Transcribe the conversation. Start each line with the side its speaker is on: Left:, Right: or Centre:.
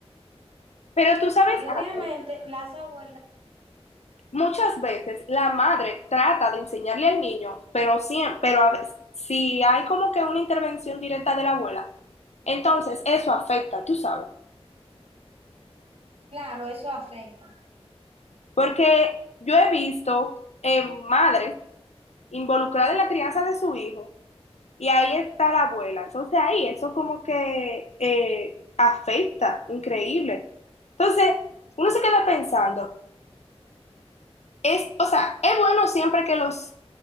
Left: pero tú sabes
Right: y
Left: algo.
Right: obviamente las abuelas,
Left: Muchas veces la madre trata de enseñarle al niño, pero, sí, pero a veces, si hay como que una intervención directa de la abuela, entonces eso afecta, tú sabes.
Right: claro, eso afecta.
Left: Porque yo he visto eh, madres involucradas en la crianza de su hijo y ahí está la abuela. Entonces ahí eso como que eh, afecta, increíble. Entonces uno se queda pensando, Es, o sea, es bueno siempre que los,